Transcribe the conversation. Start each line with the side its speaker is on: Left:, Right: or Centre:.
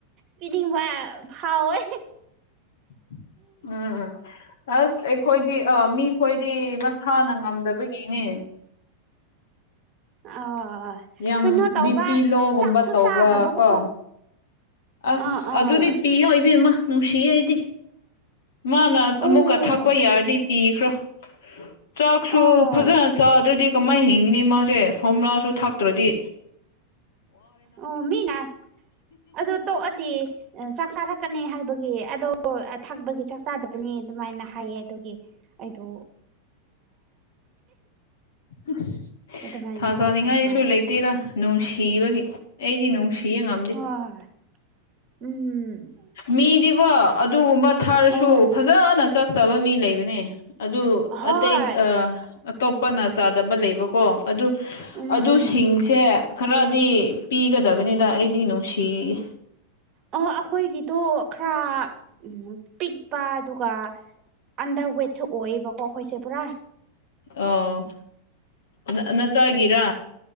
Right: ꯄꯤꯅꯤꯡꯕ ꯐꯥꯎꯋꯦ
Left: ꯎ ꯎꯝ ꯎꯝ ꯑꯁ ꯑꯩꯈꯣꯏꯗꯤ ꯑ ꯃꯤꯈꯣꯏꯗꯤ ꯃꯁꯥꯅ ꯉꯝꯗꯕꯒꯤꯅꯦ
Right: ꯑ
Left: ꯌꯥꯝ
Right: ꯀꯩꯅꯣ ꯇꯧꯕ
Left: ꯕꯤ ꯄꯤ ꯂꯣꯒꯨꯝꯕ
Right: ꯆꯥꯛꯁꯨ
Left: ꯇꯧꯕ
Right: ꯆꯥꯗꯕꯀꯣ
Left: ꯀꯣ ꯑꯁ
Right: ꯑꯥ ꯑꯥ
Left: ꯑꯗꯨꯗꯤ ꯄꯤꯌꯣ ꯏꯕꯦꯝꯃ ꯅꯨꯡꯁꯤꯌꯦ ꯑꯩꯗꯤ ꯃꯥꯅ
Right: ꯑꯣ
Left: ꯑꯃꯨꯛꯀ ꯊꯛꯄ ꯌꯥꯔꯗꯤ ꯄꯤꯈ꯭ꯔꯣ ꯆꯥꯛꯁꯨ
Right: ꯑꯣ
Left: ꯐꯖꯅ ꯆꯥꯗ꯭ꯔꯗꯤ ꯀꯃꯥꯏꯅ ꯍꯤꯡꯈꯤꯅꯤ ꯃꯥꯁꯦ ꯐꯣꯝꯣꯔꯥꯁꯨ ꯊꯥꯛꯇ꯭ꯔꯗꯤ
Right: ꯑꯣ ꯃꯤꯅ ꯑꯗꯨ ꯇꯣꯛꯑꯗꯤ ꯆꯥꯛ ꯆꯥꯔꯛꯀꯅꯤ ꯍꯥꯏꯕꯒꯤ ꯑꯗꯣ ꯊꯛꯄꯒꯤ ꯆꯥꯛ ꯆꯥꯗꯕꯅꯤ ꯑꯗꯨꯃꯥꯏꯅ ꯍꯥꯏꯌꯦ ꯑꯗꯨꯒꯤ ꯑꯩꯗꯣ
Left: ꯑ
Right: ꯑꯗꯨꯃꯥꯏꯅ
Left: ꯊꯥ ꯆꯥꯅꯤꯡꯉꯥꯏꯁꯨ
Right: ꯇꯣꯛꯈ꯭ꯔꯕ
Left: ꯂꯩꯇꯦꯔ ꯅꯨꯡꯁꯤꯕꯒꯤ ꯑꯩꯗꯤ ꯅꯨꯡꯁꯤꯌꯦ ꯉꯝꯗꯦ
Right: ꯍꯣꯏ ꯎꯝ
Left: ꯃꯤꯗꯤꯀꯣ ꯑꯗꯨꯒꯨꯝꯕ ꯊꯔꯁꯨ
Right: ꯑꯣ
Left: ꯐꯖꯅ ꯆꯥꯛ ꯆꯕ ꯃꯤ ꯂꯩꯕꯅꯦ ꯑꯗꯨ
Right: ꯍꯣꯏ
Left: ꯑꯇꯩ ꯑ ꯑꯇꯣꯞꯄꯅ ꯆꯥꯗꯕ ꯂꯩꯕꯀꯣ ꯑꯗꯨ
Right: ꯎꯝ
Left: ꯑꯗꯨ
Right: ꯎꯝ
Left: ꯁꯤꯡꯁꯦ ꯈꯔꯗꯤ ꯄꯤꯒꯗꯕꯅꯤꯅ ꯑꯩꯗꯤ ꯅꯨꯡꯁꯤꯌꯦꯦ
Right: ꯑ ꯑꯩꯈꯣꯏꯒꯤꯗꯣ ꯈꯔ ꯎ ꯄꯤꯛꯄ ꯑꯗꯨꯒ ꯑꯟꯗꯔ ꯋꯦꯠꯁꯨ ꯑꯣꯏꯌꯦꯕꯀꯣ ꯑꯩꯈꯣꯏꯁꯦ ꯄꯨꯔꯥ
Left: ꯑꯣ ꯅ ꯅꯆꯥꯒꯤꯔ